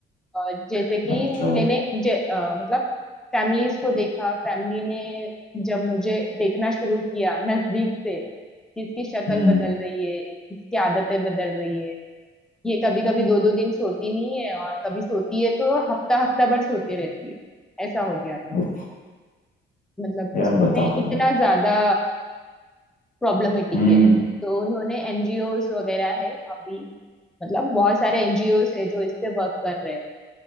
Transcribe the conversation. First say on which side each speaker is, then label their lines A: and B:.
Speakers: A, in the centre; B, on the left (about 40°).
A: अ, जैसे कि
B: अच्छा
A: मैंने जे, अ, मतलब फैमिलीज को देखा फैमिली ने जब मुझे देखना शुरू किया नजदीक से किसकी शक्ल
B: हम्म
A: बदल रही है किसकी आदतें बदल रही है ये कभी कभी दो दो दिन सोती नहीं है और कभी सोती है तो हफ्ता हफ्ता भर सोते रहती है ऐसा हो गया था
B: उफ,
A: मतलब
B: यार
A: उसमें
B: बताओ
A: इतना
B: यार
A: ज्यादा प्रॉब्लमेटिक
B: हम्म
A: है
B: हम्म
A: तो उन्होंने एनजीओज वगैरह है अभी मतलब बहुत सारे एनजीओज है जो इस पे वर्क कर रहे हैं